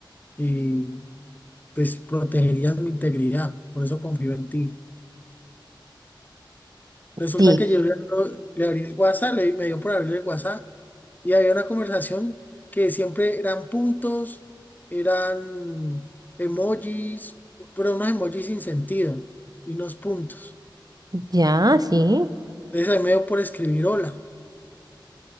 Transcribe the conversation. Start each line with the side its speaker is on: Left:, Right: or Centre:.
Left: eh, pues protegerías mi integridad. Por eso confío en ti. Resulta
Right: Sí,
Left: que yo le, le abrí el WhatsApp, le, me dio por abrirle el WhatsApp y había una conversación que siempre eran puntos, eran emojis, pero unos emojis sin sentido y unos puntos.
Right: ya, sí.
Left: Entonces ahí me dio por escribir hola.